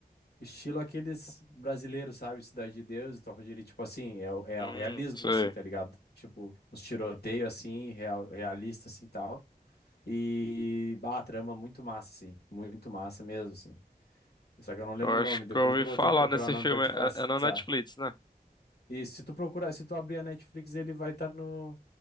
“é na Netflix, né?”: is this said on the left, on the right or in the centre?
Left